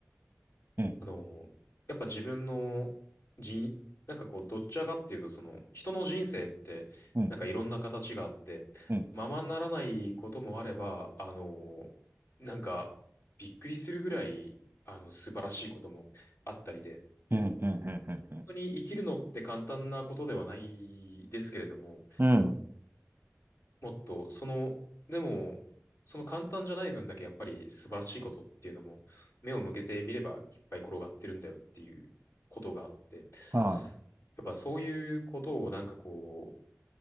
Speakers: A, on the right (about 40°); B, on the left (about 60°).
A: うん、
B: あの、やっぱ自分のじなんかこう、どちらかっていうと、その、人の人生って、
A: うん、うん、
B: なんかいろんな形があって、
A: うん、
B: ままならないこともあれば、あの、なんか、びっくりするぐらい、あの、素晴らしいこともあったりで、
A: うん、うん、うん、
B: 本当に生きるのって簡単なことではないですけれども、
A: うん、うん。
B: もっと、その、でも、その簡単じゃない分だけやっぱり素晴らしいことっていうのも、目を向けてみればいっぱい転がってるんだよっていうことがあって、
A: は
B: やっぱそういうことをなんかこう、